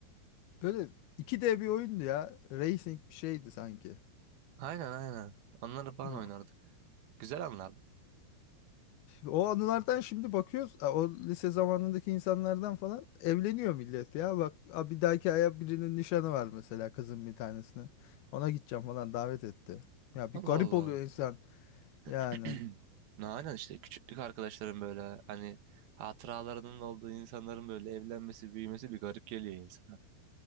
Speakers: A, on the left; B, on the right.
A: böyle iki d bir oyundu ya. Racing bir şeydi sanki.
B: Aynen aynen. Onları falan
A: Ha.
B: oynardık. Güzel anlardı.
A: O anılardan şimdi bakıyoruz. a, O lise zamanındaki insanlardan falan evleniyor millet ya. Bak a, bir dahaki aya birinin nişanı var mesela kızın bir tanesine. Ona gideceğim falan davet etti. Ya
B: Allah
A: bir garip
B: Allah.
A: oluyor insan.
B: <clears throat>
A: Yani
B: Ne aynen işte küçüklük arkadaşların böyle hani hatıralarının olduğu insanların böyle evlenmesi, büyümesi bir garip geliyor insana.